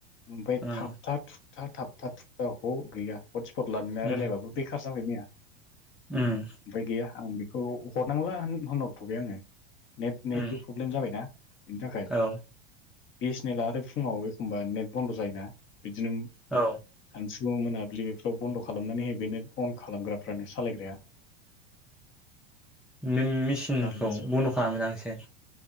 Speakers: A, on the left; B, in the centre.
A: ओमफ्राय
B: ओं
A: थाबथा थुब था थाबथा थुबथा ह गैया हटस्पट लानानै
B: उम
A: रायलायबाबो बेखार जाबाय मैया। ओमफाय
B: उम
A: गैया आं बेखौ हरनांला होनहरथ'बाय आङो नेट नेटबो
B: उम
A: प्रब्लेम जाबायना बेनि थाखाय
B: औ
A: बि सेनेलआ आरो फुङाव एखमबा नेट बन्द' जायोना बिदिनो
B: औ
A: सानसु मोनाब्लि बेफोराव बन्द' खालामनानै हो बेनो अन खालामग्राफ्रानो सालायग्राया
B: नों मेचिनखौ
A: जारलासो
B: बन्द' खालामो दां एसे